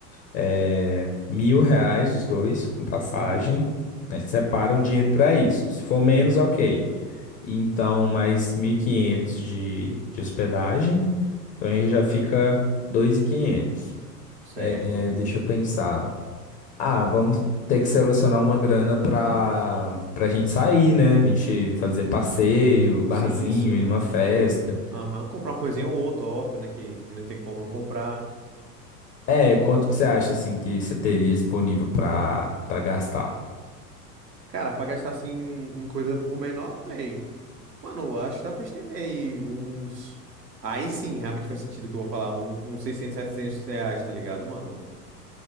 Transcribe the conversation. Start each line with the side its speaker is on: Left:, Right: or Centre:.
Left: eh, mil reais os dois com passagem,
Right: Uhum.
Left: né? Separa o dinheiro para isso. Se for menos,
Right: Uhum,
Left: ok. Então, mais 1.500 de, de hospedagem. Então, aí já fica 2.500.
Right: certo.
Left: Eh, deixa eu pensar. Ah, vamos ter que selecionar uma grana para para a gente sair, né? A gente fazer passeio, barzinho,
Right: Sim, sim.
Left: ir numa festa.
Right: Aham, comprar uma coisinha ou outra, óbvio, né? Que, que não tem como não comprar.
Left: É, quanto que você acha assim que você teria disponível para para gastar?
Right: Cara, pra gastar assim em coisa por menor, véi. Mano, acho que dá pra estender aí uns. Aí sim, realmente faz sentido o que eu vou falar. um- Uns seiscentos 700 reais, tá ligado, mano?